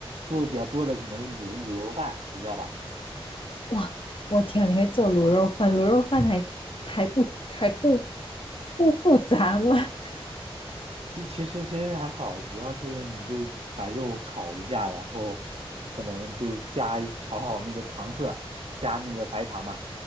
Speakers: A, on the right; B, on the left.
A: 做的比较多的可能是卤卤肉饭，你知道吧？
B: 哇，我天啊，你会做卤肉饭？卤肉饭还还不还不不复杂吗？
A: 其其实其实还好，主要是你就把肉炒一下，然后可能就是加一炒好那个糖色，加那个白糖嘛。